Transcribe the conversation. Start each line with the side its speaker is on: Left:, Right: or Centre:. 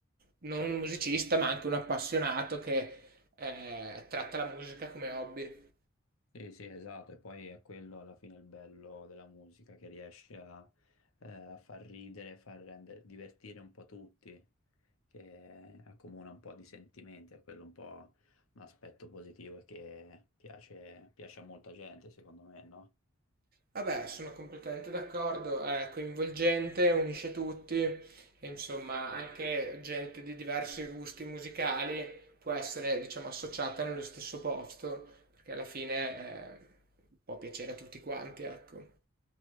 Right: non un musicista, ma anche un appassionato che eh, tratta la musica come hobby.
Left: Sì, sì, esatto, e poi è quello alla fine il bello della musica che riesce a, eh, a far ridere, far rendere, divertire un po' tutti, che accomuna un po' di sentimenti, è quello un po' un aspetto positivo e che piace, piace a molta gente, secondo me, no?
Right: Vabbè, sono completamente d'accordo, è coinvolgente, unisce tutti, e insomma, anche gente di diversi gusti musicali può essere, diciamo, associata nello stesso posto, perché alla fine eh, può piacere a tutti quanti, ecco.